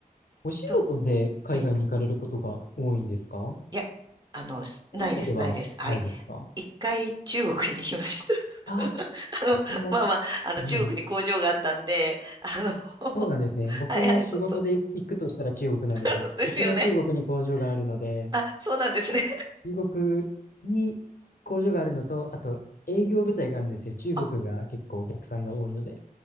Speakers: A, on the left; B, on the right.
A: お仕事で海外に行かれることが多いんですか
B: そう。はい。いや、あの、しないです、
A: というわけではないですか
B: ないです。はい。一回中国に行きました。
A: あ、
B: <laughs> あの、
A: も
B: まあまあ、あの、
A: う、
B: 中国に工場があったんで、
A: ね
B: あの、
A: そうなんですね。
B: <laughs>
A: 僕も仕事で行くとしたら中国なんです。
B: はいはい、そうそう。<laughs> ですよね。
A: うちも中国に工場があるので、
B: あ、そうなんですね。
A: 中国に工場があるのと、あと営業部隊があるんですよ。中国が結構お客さんが多いので。
B: <laughs> あ、